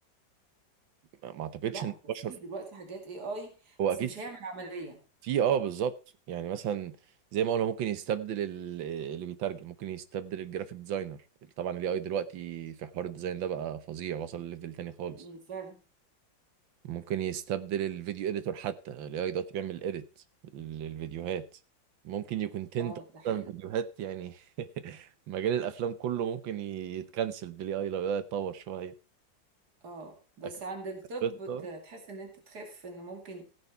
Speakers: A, on the right (about 85°); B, on the right (about 55°).
A: ما ما اعتقدش
B: لا
A: ان
B: هو
A: البشر
B: في دلوقتي حاجات اي اي
A: هو
B: بس
A: اكيد
B: مش هيعمل عملية
A: في اه بالظبط يعني مثلا زي ما قلنا ممكن يستبدل ال- اللي بيترجم ممكن يستبدل الجرافيك ديزاينر طبعا الاي اي دلوقتي في حوار الديزاين ده بقى فظيع وصل ليفل تاني خالص
B: م- م، فعلا
A: ممكن يستبدل الفيديو اديتور حتى ال AI دلوقتي بيعمل اديت للفيديوهات ممكن يكون تنت
B: اه
A: اصلا
B: ده حقيقي
A: فيديوهات يعني <laughs> مجال الافلام كله ممكن يتكنسل بالاي اي لو ده اتطور شويه
B: اه بس
A: أكتر
B: عند الطب
A: قصه
B: ت- تحس ان انت تخاف ان ممكن